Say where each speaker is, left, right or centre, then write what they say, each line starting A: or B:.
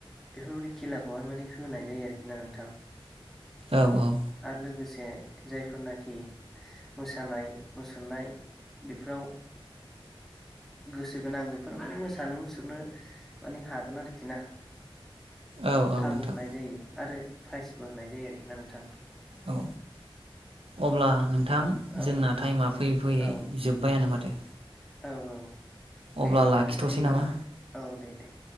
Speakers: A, in the centre; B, on the right.
A: बेफोरबायादि खेलाखौहाय माने होनाय जायो आरोखि ना नोंथां
B: औ औ
A: आरो लोगोसे जायफोरनाखि मोसानाय मुसुरनाय बेफोराव गोसो गोनां बेफोर माने मोसानो मुसुरनो माने हागोन आरोखि ना
B: औ औ
A: खाबु
B: नोंथां
A: होनाय जायो आरो प्राइजबो होनाय जायो आरोखि ना नोंथां
B: औ अब्ला नोंथां
A: औ
B: जोंना
A: नोंथां
B: टाइमा फैयै फैयै
A: औ
B: जोब्बायानो माथो
A: औ औ
B: अब्ला
A: दे
B: लाखिथ'सै
A: नोंथां बिदिब्ला
B: नामा
A: औ दे दे